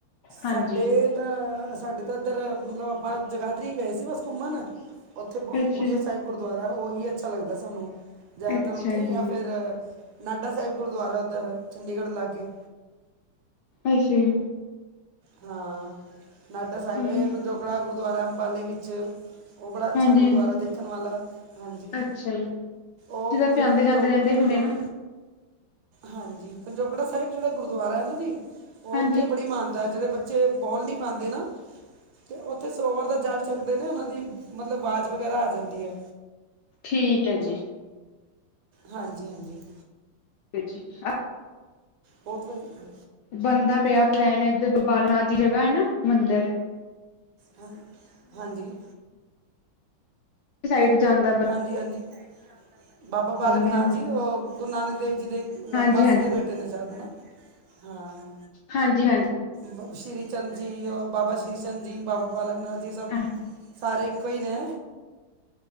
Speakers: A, on the left; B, on the right.
A: ਹਾਂਜੀ
B: ਸਾਡੇ ਅ ਅ, ਸਾਡੇ ਤਾਂ ਇੱਧਰ ਮਤਲਬ ਆਪਾਂ ਜਗਾਧਰੀ ਗਏ ਸੀ ਬਸ ਘੁੰਮਣ ਉੱਥੇ ਬੁੜ
A: ਅੱਛਾ,
B: ਬੁੜੀਆ ਸਾਹਿਬ ਗੁਰਦੁਆਰਾ ਉਹੀ ਅੱਛਾ ਲੱਗਦੈ ਸਾਨੂੰ। ਜ਼ਿਆਦਾਤਰ
A: ਅੱਛਾ
B: ਉੱਥੇ
A: ਜੀ।
B: ਈ ਐ ਫਿਰ ਨਾਡਾ ਸਾਹਿਬ ਗੁਰਦੁਆਰਾ ਉੱਧਰ ਚੰਡੀਗੜ੍ਹ ਲਾਗੇ
A: ਅੱਛਾ ਜੀ
B: ਹਾਂ! ਨਾਡਾ ਸਾਹਿਬ
A: ਹੂੰ,
B: ਏ, ਪੰਜੋਕੜਾ ਗੁਰਦੁਆਰਾ ਅੰਬਾਲੇ ਵਿੱਚ ਉਹ ਬੜਾ ਅੱਛਾ
A: ਹਾਂਜੀ
B: ਗੁਰਦੁਆਰਾ
A: ਹਾਂਜੀ।
B: ਦੇਖਣ ਵਾਲਾ, ਹਾਂਜੀ।
A: ਅੱਛਾ ਜੀ, ਤੁਸੀਂ
B: ਓ
A: ਤਾਂ ਫਿਰ
B: ਜੇੜਾ
A: ਆਂਦੇ
B: ਪੰਜੋ
A: ਜਾਂਦੇ ਰਹਿੰਦੇ
B: ਪੰਜੋਕ
A: ਹੋਣੇ ਨਾ,
B: ਹਾਂਜੀ ਪੰਜੋਕੜਾ ਸਾਹਿਬ ਜੇੜਾ ਗੁਰਦੁਆਰਾ ਐ ਨਾ ਜੀ ਓ
A: ਹਾਂਜੀ।
B: ਉੱਥੇ ਬੜੀ ਮਾਨ ਦਾ ਜੇੜੇ ਬੱਚੇ ਬੋਲ ਨੀ ਪਾਂਦੇ ਨਾ 'ਤੇ ਉੱਥੇ ਸੋਵਰ ਦਾ ਜਲ ਛਕਦੇ ਨੇ ਉਨਾਂ ਦੀ ਮਤਲਬ ਵਾਜ਼ ਵਗੈਰਾ ਆ ਜਾਂਦੀ ਐ।
A: ਠੀਕ ਐ ਜੀ।
B: ਹਾਂਜੀ-ਹਾਂਜੀ।
A: <inaudible>
B: ਬੋਤ ਵਧੀਆ ਅ
A: ਬਣਦਾ ਪਿਆ ਪਲੈਨ ਏਧਰ ਬਾਲ ਨਾਥ ਦੀ ਜਗਾ ਐ ਨਾ ਮੰਦਰ।
B: ਹਨ ਹਾਂਜੀ।
A: ਸਾਈਡ ਜਾਂਦਾ
B: ਹਾਂਜੀ-ਹਾਂਜੀ, ਬਾਬਾ ਬਾਲਕ
A: ਜਾਂਦੇ
B: ਨਾਥ
A: ਆ ਹੁਣ।
B: ਜੀ ਓ ਗੁਰੂ ਨਾਨਕ ਦੇਵ ਜੀ ਦੇ
A: ਹਾਂਜੀ
B: ਲਗ ਮਾਸੀ
A: ਹਾਂਜੀ,
B: ਦੇ ਬੇਟੇ ਨੇ ਸ਼ੈਦ ਨਾ, ਹਾਂ।
A: ਹਾਂਜੀ ਹਾਂਜੀ,
B: ਬ ਸ਼੍ਰੀ ਚੰਦ ਜੀ ਓ ਬਾਬਾ ਸ਼੍ਰੀ ਚੰਦ ਜੀ, ਬਾਬਾ ਬਾਲਕ ਨਾਥ ਜੀ ਸਭ
A: ਹਾਂਜੀ।
B: ਸਾਰੇ ਇੱਕੋ ਈ ਨੇ।